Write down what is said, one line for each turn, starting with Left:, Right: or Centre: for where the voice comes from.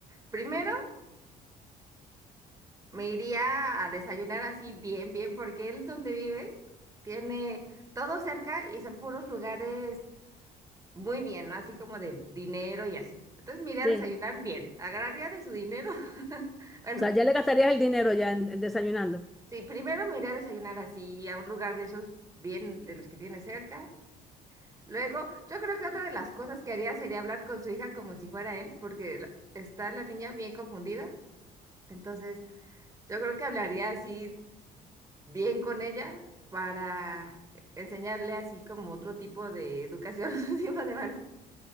Right: Primero, me iría a desayunar así bien, bien, porque él donde vive tiene todo cerca y son puros lugares Muy bien, ¿no? Así como de dinero y así. Entonces me iré a
Centre: Sí.
Right: desayunar bien. Agarraría de su dinero. <laughs> Bueno,
Centre: O sea, ya le gastarías el dinero ya en, en desayunando.
Right: sí, primero me iré a desayunar así a un lugar de esos bien de los que tiene cerca. Luego, yo creo que otra de las cosas que haría sería hablar con su hija como si fuera él, porque la- está la niña bien confundida. Entonces, yo creo que hablaría así bien con ella para enseñarle así como otro tipo de educación, <laughs> otro tipo de valor.